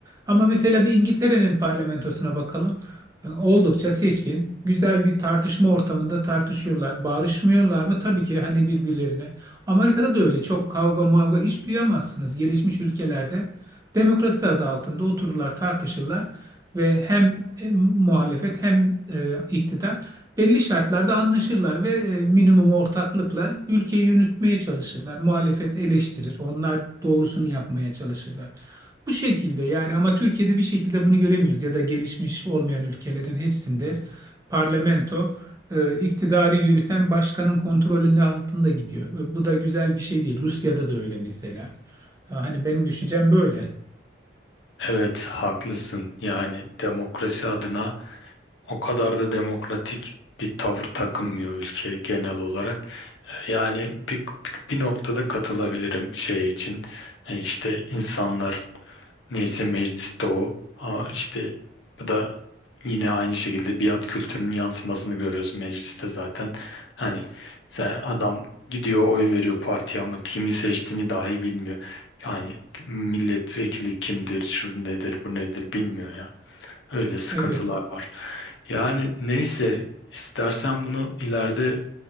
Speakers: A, on the right; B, on the left.
A: Ama mesela bir İngiltere'nin parlamentosuna bakalım. E, Oldukça seçkin, güzel bir tartışma ortamında tartışıyorlar. Bağırışmıyorlar mı? Tabii ki hani birbirlerine. Amerika'da da öyle. Çok kavga mavga hiç duyamazsınız. Gelişmiş ülkelerde demokrasi adı altında otururlar, tartışırlar ve hem e, muhalefet hem e, iktidar belli şartlarda anlaşırlar ve e, minimum ortaklıkla ülkeyi yürütmeye çalışırlar. Muhalefet eleştirir, onlar doğrusunu yapmaya çalışırlar. Bu şekilde yani ama Türkiye'de bir şekilde bunu göremiyoruz ya da gelişmiş olmayan ülkelerin hepsinde parlamento e, iktidarı yürüten başkanın kontrolünün altında gidiyor. Ve Bu da güzel bir şey değil. Rusya'da da öyle mesela. Ha, Hani benim düşüncem böyle.
B: Evet, haklısın. Yani demokrasi adına o kadar da demokratik bir tavır takınmıyor ülke genel olarak. E, Yani bir, bir bir noktada katılabilirim şey için. E, işte insanlar Neyse mecliste o. Aa, işte bu da yine aynı şekilde biat kültürünün yansımasını görüyoruz mecliste zaten. Hani sen adam gidiyor oy veriyor partiye ama kimi seçtiğini dahi bilmiyor. Yani milletvekili kimdir, şu nedir, bu nedir bilmiyor ya. Öyle sıkıntılar
A: Evet.
B: var. Yani neyse istersen bunu ileride